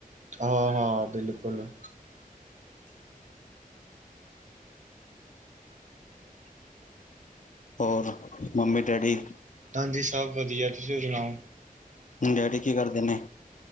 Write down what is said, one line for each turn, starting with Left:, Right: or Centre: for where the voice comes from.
Right: ਆ - ਹਾ ਬਿਲਕੁਲ।
Left: ਔਰ ਮੰਮੀ, ਡੈਡੀ
Right: ਹਾਂਜੀ, ਸਬ ਵਧੀਆ ਤੁਸੀ ਸੁਣਾਓ।
Left: ਡੈਡੀ ਕੀ ਕਰਦੇ ਨੇ?